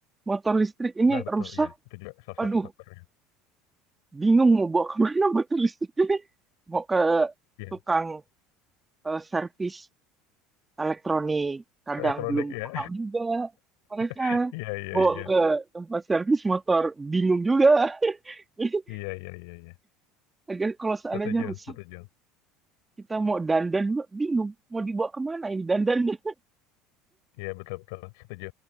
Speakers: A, on the right; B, on the left.
A: motor listrik ini
B: nah betul
A: rusak
B: ya itu juga salah
A: aduh
B: satu faktornya
A: bingung mau bawa kemana motor listriknya mau ke
B: iya
A: tukang eh, servis elektronik kadang
B: elektronik
A: belum
B: ya
A: paham juga mereka
B: <laughs> iya iya
A: bawa
B: iya
A: ke tempat servis motor bingung juga <laughs>
B: iya iya iya Iya.
A: agar kalau seandainya
B: Setuju,
A: rusak
B: setuju.
A: kita mau dandan juga bingung mau dibawa kemana ini dandannya
B: Iya betul-betul setuju.